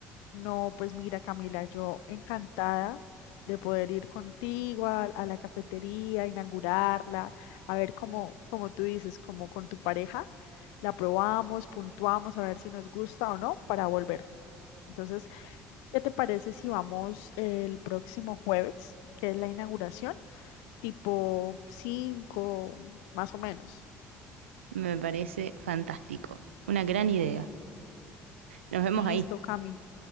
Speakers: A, on the left (about 65°); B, on the right (about 80°).
A: No, pues mira, Camila, yo encantada de poder ir contigo a, a la cafetería, inaugurarla, a ver cómo, como tú dices, como con tu pareja, la probamos, puntuamos, a ver si nos gusta o no para volver. Entonces, ¿qué te parece si vamos el próximo jueves, que es la inauguración, tipo 5 más o menos?
B: Me parece fantástico, una gran idea. Nos
A: Listo,
B: vemos ahí.
A: Cami.